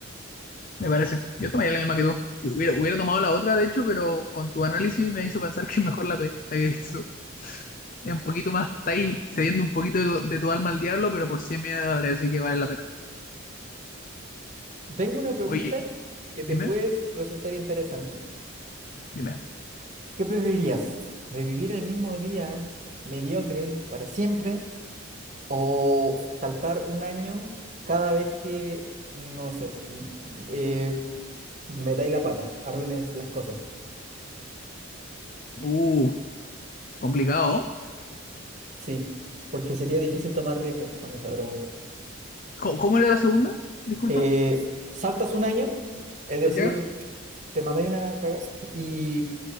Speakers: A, on the left; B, on the right.
A: Me parece. Yo tomaría la misma que tú. Y hubiera, hubiera tomado la otra, de hecho, pero con tu análisis me hizo pensar que es mejor la tuya, la que dijiste tú. Es un poquito más, está ahí cediendo un poquito de, tu de tu alma al diablo, pero por 100 millones de dólares, así que vale la pena.
B: Tengo una pregunta
A: Oye,
B: que te
A: dime,
B: puede resultar interesante.
A: dime.
B: ¿Qué preferirías? ¿Revivir el mismo día mediocre para siempre O saltar un año cada vez que, no sé, mm, eh, metáis la pata, arruines las cosas.
A: Uh, complicado.
B: Sí, porque sería difícil tomar riesgo con esa pregunta.
A: ¿Cómo, cómo era la segunda? Disculpa.
B: Eh, saltas un año, es decir,
A: ¿Ya?
B: te mandáis una cagada y